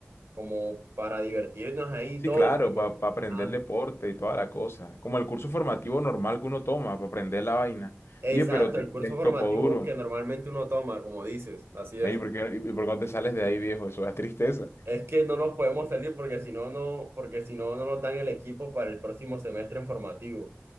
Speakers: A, on the right (about 75°); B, on the left (about 70°).
A: como para divertirnos ahí
B: Sí,
A: y todo,
B: claro,
A: pero...
B: para aprender
A: ajá.
B: deporte y toda la cosa. Como el curso formativo normal que uno toma para aprender la vaina.
A: Exacto,
B: Oye, pero te-
A: el curso
B: les
A: formativo
B: tocó duro.
A: que normalmente uno toma, como dices, así es.
B: Ven, ¿y por qué, y por qué no te sales de ahí, viejo? Eso es tristeza.
A: Es que no nos podemos salir porque si no, no, porque si no, no nos dan el equipo para el próximo semestre en formativo.